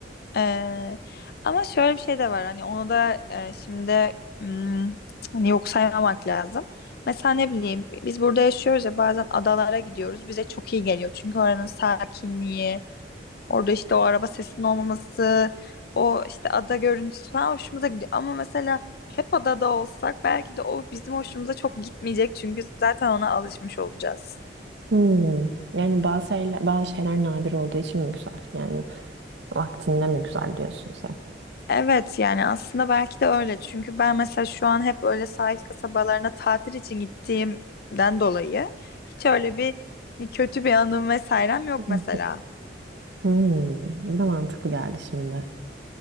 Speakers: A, on the left; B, on the right.
A: Ee, ama şöyle bir şey de var hani onu da e, şimdi hmm, hani yok saymamak lazım. Mesela ne bileyim biz burada yaşıyoruz ya bazen adalara gidiyoruz bize çok iyi geliyor. Çünkü oranın sakinliği, orada işte o araba sesinin olmaması, o işte ada görüntüsü falan hoşumuza gidiyor. Ama mesela hep adada olsak belki de o bizim hoşumuza çok gitmeyecek çünkü zaten ona alışmış olacağız.
B: Hmm. Yani bazı şeyler, bazı şeyler nadir olduğu için mi güzel? Yani vaktinde mi güzel diyorsun sen?
A: Evet yani aslında belki de öyle. Çünkü ben mesela şu an hep öyle sahil kasabalarına tatil için gittiğimden dolayı hiç öyle bir hani, kötü bir anım vesairem yok
B: Hı.
A: mesela.
B: Hmm. Bu da mantıklı geldi şimdi.